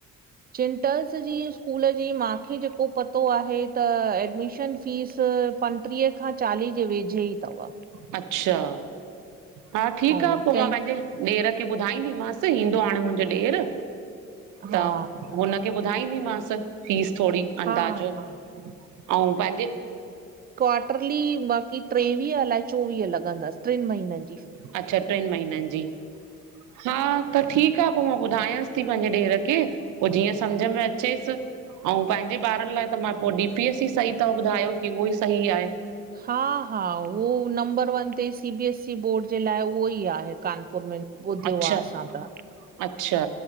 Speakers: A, on the right (about 30°); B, on the right (about 85°).
A: चिंटल्स जी स्कूल जी मांखे ज़ेको पतो आहे त एडमिश़न फ़ीस पंट्रीह खां चाली जे वेझे ई तव!
B: अच्छा, हा ठीक
A: ऐं
B: आ, पो
A: तंहिं
B: मां पहिंजे ॾेर खे बुधाईंदी मास, ईंदो हाणे मुहिंजो ॾेर
A: हा
B: त हुन खे बुधाईंदी मास फ़ीस थोड़ी, अंदाज़
A: हा
B: अंऊ
A: हा
B: पेन्ज़े
A: क्वाट्ररली बाक़ी ट्रेवीह अलाए चोवीह लगंदस ट्रीन महीनन
B: अच्छा, ट्रीन महीनन जी, हा त ठीक ठीक आ, पो मां बुधायांस ती पहिंजे ॾेर खे, पो जिअं सम्झ में अचेस। अउ पहिंजे ॿारन लाए त मां पो डी पी एस ई सही तव, ॿुधायो की उहो ई सही आहे।
A: हा-हा, उओ नंबर वन ते C B S C board जे लाए उहो ई आहे। कानपुर में ॿुधियो
B: अच्छा,
A: आहे असां त
B: अच्छा